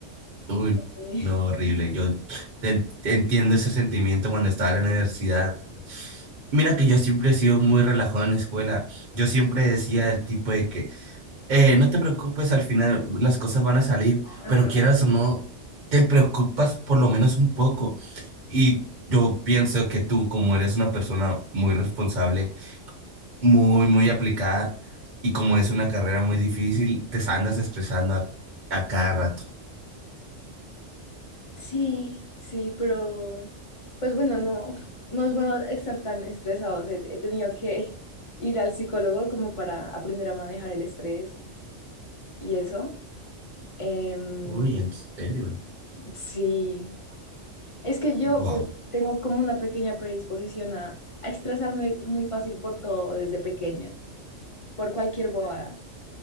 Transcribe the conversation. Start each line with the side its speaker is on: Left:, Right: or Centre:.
Right: Uy,
Left: <laughs>
Right: no, horrible. Yo te en- te entiendo ese sentimiento cuando estaba en la universidad. Mira que yo siempre he sido muy relajado en la escuela. Yo siempre decía el tipo de que, eh, no te preocupes, al final las cosas van a salir,
Left: Ajá.
Right: pero quieras o no, te preocupas por lo menos un poco. Y yo pienso que tú, como eres una persona muy responsable, muy, muy aplicada, y como es una carrera muy difícil, te andas estresando a, a cada rato.
Left: Sí, sí, pero pues bueno, no, no es bueno estar tan estresados. He, he tenido que ir al psicólogo como para aprender a manejar el estrés y eso. Em,
Right: Uy, ¿en serio?
Left: sí, Es que yo,
Right: Wow.
Left: bueno, tengo como una pequeña predisposición a, a estresarme muy fácil por todo desde pequeña, por cualquier bobada.